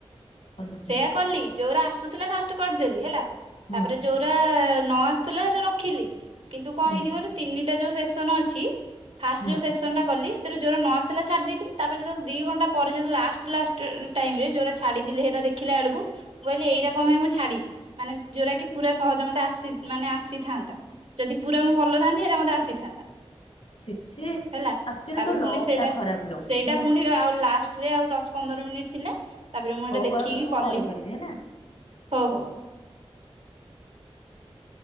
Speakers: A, on the left; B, on the right.
A: ଭଲ
B: ସେଇଆ
A: ହଁ
B: କଲି। ଯୋଉରା ଆସୁଥିଲା ଫାଷ୍ଟ କରିଦେଲି ହେଲା,
A: ହୁଁ
B: ତା'ପରେ ଯୋଉରା ନ ଆସୁଥିଲା ହେରା ରଖିଲି। କିନ୍ତୁ, କଣ
A: ହୁଁ
B: ହେଇଚି କହିଲୁ, ତିନିଟା ଯୋଉ ସେକ୍ସନ ଅଛି, ଫାଷ୍ଟ
A: ହୁଁ
B: ଯୋଉ ସେକ୍ସନ ଟା କଲି ଯଉଟା ନ ଆସୁ ଥିଲା ଛାଡି ଦେଇଥିଲି। ତା'ପରେ ଯେତେଳେ ଦି ଘଣ୍ଟା ପରେ ଯଦି ଲାଷ୍ଟ ଲାଷ୍ଟ୍ ଟାଇମ୍ ରେ ଯୋଉରା ଛାଡିଥିଲି, ହେରା ଦେଖିଲା ଆଳକୁ ମୁଁ, କହିଲି ଏଇରା କଣ ପାଇଁ ମୁଁ ଛାଡିଛି? ମାନେ ଯ ଯଉଟା କି ପୁରା ସହଜ ମତେ ଆସି ମାନେ ଆସିଥାନ୍ତା। ଯଦି ପୁରା ମୁ ଭଲ ଥାନ୍ତି। ହେଟା ମତେ ଆସିଥାନ୍ତା।
A: ଛିଛି
B: ହେଲା,
A: ଆକ୍ଚୁଆଲି
B: ତାପରେ
A: ତୋ ଲକ୍
B: ପୁଣି ସେଇଟା,
A: ଟା ଖରାପ ଲୋ
B: ସେଇଟା
A: ହେଲା
B: ପୁଣି ଆଉ ଲାଷ୍ଟ। ରେ ଆଉ ଦଶ ପନ୍ଦର ମିନିଟ୍ ଥିଲା। ତା'ପରେ ମୁଁ ଏଇଟା
A: ହଉ
B: ଦେଖିକି
A: ଆଉ ତତେ ମୁଁ
B: କଲି।
A: ପରେ କରିବି ହେଲା
B: ହଉ ହଉ। <unintelligible>